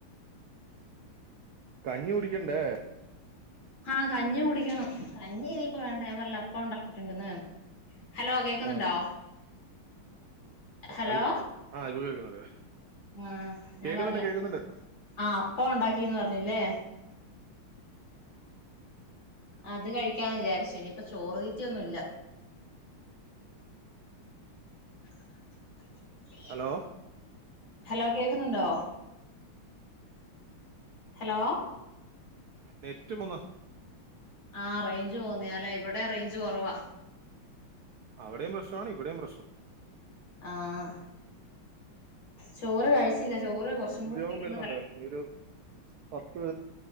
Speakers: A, on the right (about 75°); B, on the left (about 65°).
A: കഞ്ഞി കുടിക്കണ്ടേ
B: ആഹ് കഞ്ഞി കുടിക്കണം കഞ്ഞി ഇനിയിപ്പോ വേണ്ട ഞാൻ പറഞല്ല അപ്പ ഉണ്ടാക്കിട്ടുണ്ടന്ന്. ഹലോ കേക്കുന്നുണ്ടോ?
A: ആ അ
B: ഹലോ
A: ആ്ഇപ്പൊ കേക്കുന്നുണ്ട്
B: ആഹ് ഞാൻ
A: കേക്കുന്നുണ്ട്
B: പറഞ്ഞില്ലേ
A: കേക്കുന്നുണ്ട്
B: ആഹ് അപ്പ ഉണ്ടാക്കിന്ന് പറഞ്ഞില്ലേ അത് കഴിക്കാന്ന് വിചാരിച്ചു ഇനിയിപ്പ ചോറ് തീറ്റയൊന്നും ഇല്ല. <unintelligible>
A: ഹലോ
B: ഹലോ കേക്കുന്നുണ്ടോ ഹലോ
A: നെറ്റും പോന്നോ
B: ആ റേഞ്ച് പോവ്ന്നാ ഇവിടെ റേഞ്ച് കോറവാ
A: അവിടെയും പ്രശ്നാണ് ഇവിടെയും പ്രശ്ം
B: ആഹ് ചോറ് കഴിച്ചില്ല ചോറ് കുറച്ചും കൂടെ
A: ഉദ്യോഗം
B: കഴിയുമ്പോ
A: വരുന്നുണ്ട്
B: കഴിക്കൂം
A: ഒരു പത്ത്